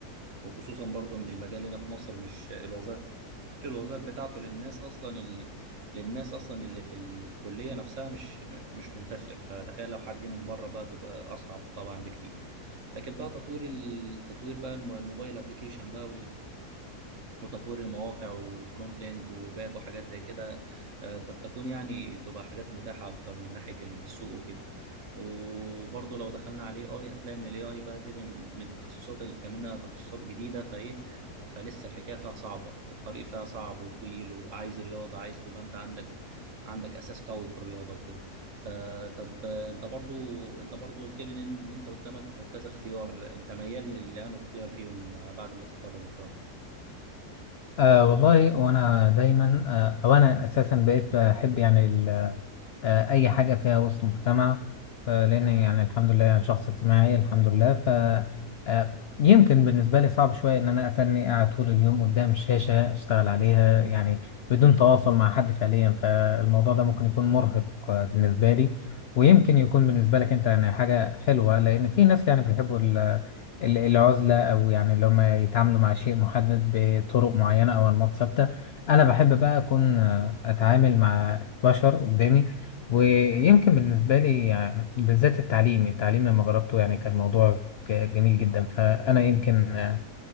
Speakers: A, on the right (about 55°); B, on the left (about 80°).
A: وخصوصا برضو ان المجال هنا في مصر مش الوظائف الوظائف بتاعته للناس اصلا اللي للناس اصلا اللي في الكليه نفسها مش مش منتشر فتخيل لو حد جه من بره بقى تبقى اصعب طبعا بكتير لكن بقى تطوير التطوير بقى الم- الموبايل ابلكيشن بقى وتطوير المواقع وفرونت اند وباك وحاجات زي كده آه، قد تكون يعني بتبقى حاجات متاحة أكتر من ناحية السوق وكده وبرضه لو دخلنا على الاي اي هتلاقي ان الاي اي بقى دي من من التخصصات اللي كمان تخصصات جديدة فايه فلسه الحكاية فيها صعبة الطريق فيها صعب وطويل وعايز رياضة عايز تبقى انت عندك عندك أساس قوي في الرياضة وكده ت- طب آه، انت برضو انت برضو قلت لي ان إن انت قدامك كذا اختيار انت ميال لانه اختيار فيهم آه، بعد ما تتخرج ان شاء الله
B: أه والله وأنا دايما أه أو أنا أساسا بقيت بحب يعني آه، أي حاجة فيها وسط مجتمع آه، لأن يعني الحمد لله يعني شخص اجتماعي الحمد لله ف آه، يمكن بالنسبة لي صعب شوية إن أنا أتني قاعد طول اليوم قدام شاشة أشتغل عليها يعني بدون تواصل مع حد فعليا فالموضوع ده ممكن يكون مرهق آه، بالنسبة لي ويمكن يكون بالنسبة لك أنت يعني حاجة حلوة لأن في ناس يعني بيحبوا ال- ال- العزلة أو يعني اللي هم يتعاملوا مع شيء محدد بطرق معينة أو أنماط ثابتة أنا بحب بقى أكون آه، أتعامل مع بشر قدامي ويمكن بالنسبة لي يعني بالذات التعليم التعليم لما جربته يعني كان الموضوع ج- جميل جدا فأنا يمكن آه،